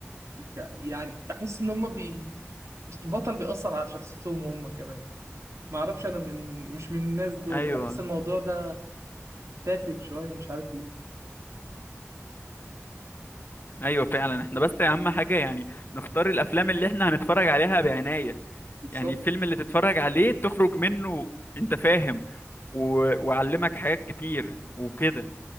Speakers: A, on the right; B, on the left.
A: بك- يعني بحس ان هما بي... البطل بيأثر على شخصيتهم هم كمان معرفش انا من مش من الناس دول
B: ايوه
A: بحس الموضوع ده تافه شويه مش عارف ليه
B: ايوه فعلا احنا بس اهم حاجه يعني نختار الافلام اللي احنا هنتفرج عليها بعنايه
A: بالظبط
B: يعني الفيلم اللي تتفرج عليه تخرج منه انت فاهم و... وعلمك حاجات كتير وكده